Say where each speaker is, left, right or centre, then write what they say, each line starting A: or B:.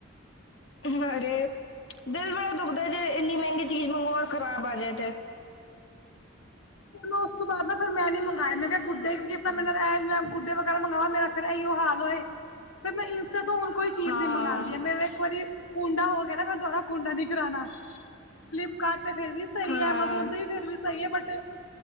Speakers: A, on the left (about 60°); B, on the left (about 80°).
A: ਹਰੇ ਦਿਲ ਬੜਾ ਦੁਖਦਾ ਜੇ ਇੰਨੀ ਮਹਿੰਗੀ ਚੀਜ਼ ਮੰਗੋ ਔਰ ਖ਼ਰਾਬ ਆ ਜਾਏ ਤੇ।
B: ਮੈਂ ਉਸ ਤੋਂ ਬਾਅਦ ਨਾ ਫੇਰ ਮੈਂ ਨੀ ਮੰਗਵਾਏ ਮੈਂ ਕਿਹਾ ਗੁੱਡੇ ਕਿ ਕੀ ਪਤਾ ਮ <unintelligible> ਗੁੱਡੇ ਵਗੈਰਾ ਮੰਗਵਾ ਮੇਰਾ ਫੇਰ ਇਹਿਓ ਹਾਲ ਹੋਏ ਫੇਰ ਮੈਂ ਇੰਸਟਾ ਤੋਂ ਹੁਣ ਕੋਈ ਚੀਜ਼
A: ਹਾਂ
B: ਨੀ ਮੰਗਉਂਦੀ ਮੇਰਾ ਇੱਕ ਵਾਰੀ ਕੁੰਡਾ ਹੋ ਗਿਆ ਨਾ ਮੈ ਦੁਬਾਰਾ ਕੁੰਡਾ ਨੀ ਕਰਾਉਣਾ ਫਲਿਪ ਕਾਰਟ ਫੇਰ ਵੀ ਸਹੀ
A: ਹਾਂ
B: ਹੈ ਐਮਾਜ਼ੋਨ ਤੇ ਭੀ ਫੇਰ ਵੀ ਸਹੀ ਹੈ ਬਟ